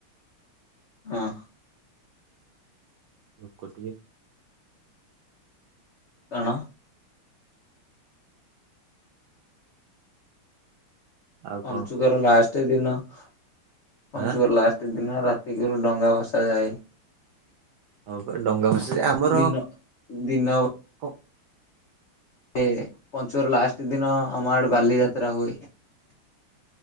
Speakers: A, on the left; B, on the right.
A: ହଁ।
B: ଲୋକ ଟିକେ
A: କାରଣ।
B: ଆଉ
A: ପଞ୍ଚୁକର
B: କଣ
A: ଲାଷ୍ଟ ଦିନ ପଞ୍ଚୁକର
B: ଆଁ
A: ଲାଷ୍ଟ ଦିନ ରା କିରୁ ଡଙ୍ଗା ଭସାଯାଏ।
B: ହଁ ପା ଡଙ୍ଗା ଭଷାଯାଏ ଆମର।
A: ଦିନ ଦିନ
B: କଣ
A: ଏ ପଞ୍ଚୁକର ଲାଷ୍ଟ ଦିନ ଆମ ଆଡେ ବାଲିଯାତ୍ରା ହୁଏ।